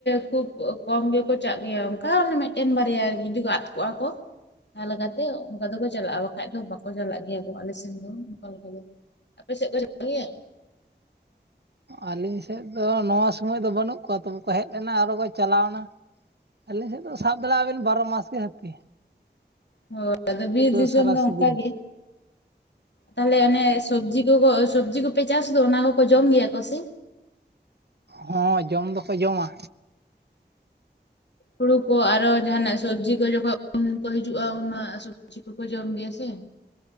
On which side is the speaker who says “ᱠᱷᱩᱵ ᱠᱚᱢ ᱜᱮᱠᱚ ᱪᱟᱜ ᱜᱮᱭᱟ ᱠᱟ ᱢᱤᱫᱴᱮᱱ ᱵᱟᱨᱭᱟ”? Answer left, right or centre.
Left